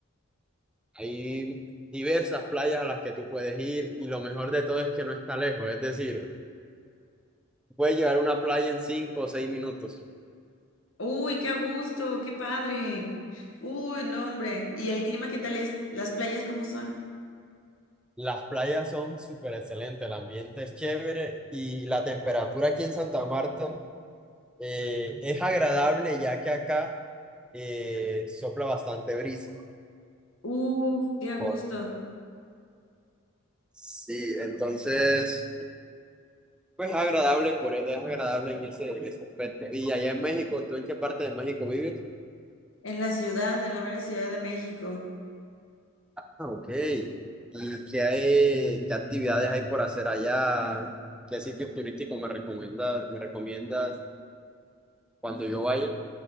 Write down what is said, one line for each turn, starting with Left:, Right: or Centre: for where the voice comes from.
Centre: hay diversas playas a las que tú puedes ir y lo mejor de todo es que no está lejos, es decir, puedes llegar a una playa en cinco o seis minutos.
Left: Uy, qué a gusto, qué padre. Uy, no, hombre. ¿Y el clima qué tal es? ¿Las playas cómo son?
Centre: Las playas son súper excelentes, el ambiente es chévere y la temperatura aquí en Santa Marta eh, es agradable ya que acá eh, sopla bastante brisa.
Left: Uf, qué a gusto.
Centre: Por- Sí, entonces Pues es agradable, por, es agradable en ese, en ese aspecto. Y allá en México, ¿tú en qué parte de México vives?
Left: En la ciudad, en la mera Ciudad de México.
Centre: Ah, ok. ¿Y qué hay, qué actividades hay por hacer allá? ¿Qué sitios turísticos me recomiendas, me recomiendas cuando yo vaya?